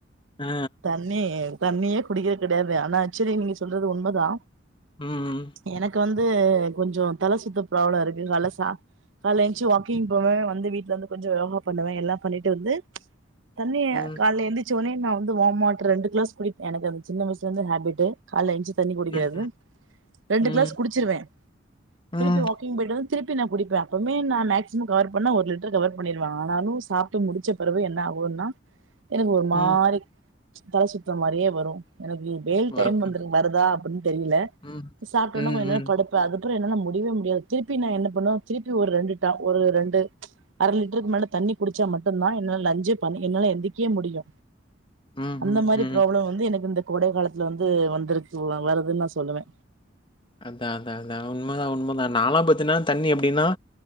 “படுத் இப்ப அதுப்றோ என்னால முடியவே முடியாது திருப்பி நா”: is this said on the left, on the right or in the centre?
Right